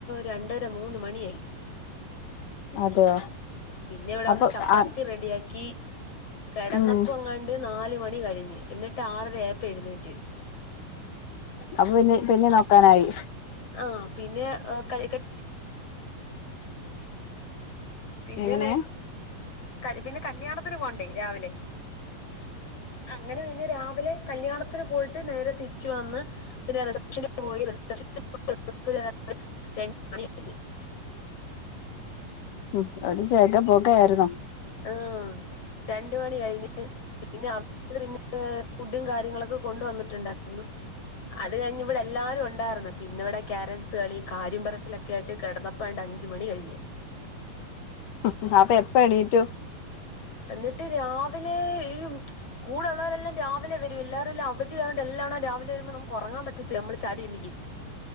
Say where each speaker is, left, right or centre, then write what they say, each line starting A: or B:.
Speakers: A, on the left; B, on the left.
A: രണ്ടര മൂന്ന് മണിയായി
B: അതെയോ
A: പിന്നെ ഇവിടെ
B: അപ്പൊ
A: വന്ന് ചപ്പാത്തി
B: ആഹ്
A: റെഡിയാക്കി കെടന്നപ്പങ്ങാണ്ട്
B: ഉം
A: നാല് മ ണി കഴിഞ്ഞ് എന്നിട്ട് ആറര ആയപ്പം എഴ്ന്നേറ്റ്
B: അപ്പൊ പിന്നെ പിന്നെ നോക്കാനായി
A: ആഹ് പിന്നെ എഹ് ക കെ പിന്നെ
B: എങ്ങനെ
A: നേ ക പിന്നെ കല്യാണത്തിന് പോണ്ടേ രാവിലെ അങ്ങെനെ പിന്നെ രാവിലെ കല്യാണത്തിന് പോയിട്ട് നേരെ തിരിച്ച് വന്ന് പിന്നെ റിസപ്ഷന് പോയി റിസപ്ഷന് <unintelligible> രണ്ട് മണി കഴിഞ്ഞ്
B: ഉം ഒര് ജെഗ പാെക ആയിര്ന്നോ
A: ആഹ് രണ്ട് മണി കഴിഞ്ഞ് പിന്നെ അവ പിന്നെ ഫുഡും കാര്യങ്ങളൊക്കെ കൊണ്ടുവന്നിട്ടുണ്ടായ്ര്ന്നു അത് കഴിഞ്ഞ് ഇവിടെ എല്ലാരു ഉണ്ടാര്ന്ന് പിന്നെവ്ടെ ക്യാരൻസ് കളി കര്യം പറച്ചിലൊക്കേയിട്ട് കെടന്നപ്പോ ആണ്ട് അഞ്ച് മണി കഴിഞ്ഞ്
B: ഉം അപ്പെ എപ്പം എണീറ്റു
A: എന്നിട്ട് രാവിലെ ഈ കൂടെ ഉള്ളെവരെല്ലാം രാവിലെ വെരും എല്ലാരുംലെ അവധിയായോണ്ട് എല്ലാണം രാവിലെ വരുമ്പോ നമുക്ക് ഒറങ്ങാൻ പറ്റത്തില്ല നമ്മള് ചാടി എണീക്കും